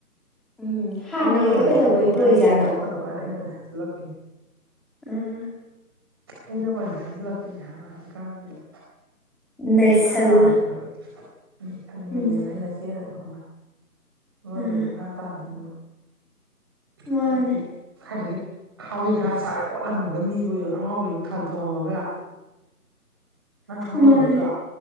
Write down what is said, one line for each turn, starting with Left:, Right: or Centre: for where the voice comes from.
Centre: ꯎꯝ ꯍꯥꯟꯅꯒꯤꯗꯣ
Right: ꯑꯩꯅꯒ ꯑꯣꯏꯅ
Centre: ꯀꯩꯗꯧꯕꯩ
Right: ꯍꯥꯏ ꯊꯣꯛꯅꯔꯁꯤꯐꯥꯎ
Centre: ꯇꯣꯏꯖꯥꯠꯅꯣ
Right: ꯐꯥꯎꯔꯛꯀꯅꯨ ꯀꯥꯏꯅ ꯑꯩꯅ ꯑꯣꯏꯅ ꯍꯥꯏꯁꯤꯜꯂꯛꯄꯅꯦ
Centre: ꯎꯝ
Right: ꯑꯩꯅ ꯑꯣꯏ ꯍꯥꯏꯖꯤꯜꯂꯛꯄꯅꯦ ꯍꯥꯟꯛꯖꯤꯛꯀꯥꯟꯁ ꯑꯩꯗꯔꯀꯥ
Centre: ꯅꯩꯁꯜꯂ
Right: ꯇꯥꯗꯦꯕ ꯑꯩ ꯑꯩ ꯈꯟꯕꯅꯦꯅ
Centre: ꯎꯝ
Right: ꯑꯩꯅ ꯆꯦꯅ ꯇꯧ ꯑꯗꯨꯏ ꯑꯗꯨ
Centre: ꯎꯝ
Right: ꯗꯔꯀꯥꯔ ꯇꯥꯗꯅ <unintelligible>
Centre: ꯃꯥꯅꯦ
Right: ꯍꯋꯥꯩ ꯈꯔ ꯁꯥꯒꯦ ꯑꯣꯠꯂꯝꯃꯒ ꯃꯤꯕꯨ ꯑꯉꯥꯎꯕ ꯑꯗꯨꯝ ꯊꯥꯟ ꯊꯂꯝꯝꯃꯒ ꯅꯪ ꯈꯪꯍꯧꯋꯤ
Centre: ꯃꯥꯅꯦ
Right: ꯅꯠꯇ꯭ꯔꯣ